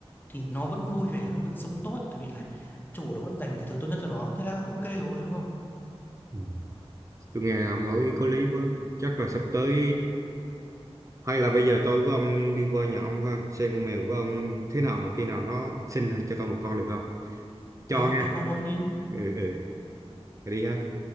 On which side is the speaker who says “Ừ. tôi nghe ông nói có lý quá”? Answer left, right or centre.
Right